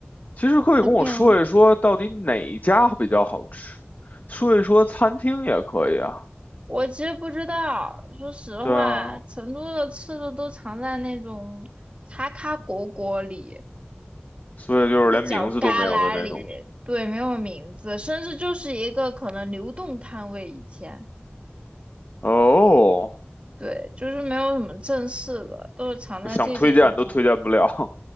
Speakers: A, on the left; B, on the right.
A: 其实可以跟我说一说，
B: 我怀念哦。
A: 到底哪一家比较好吃，说一说餐厅也可以啊。
B: 我其实不知道，说实话，
A: 对啊，
B: 成都的吃的都藏在那种咔咔果果里，
A: 所以就是连名字都没有的那种。
B: 一角旮旯里，对，没有名字，甚至就是一个可能流动摊位。以前，
A: 哦，
B: 对，就是没有什么正式的，都是藏在这些地方。
A: 想推荐都推荐不了。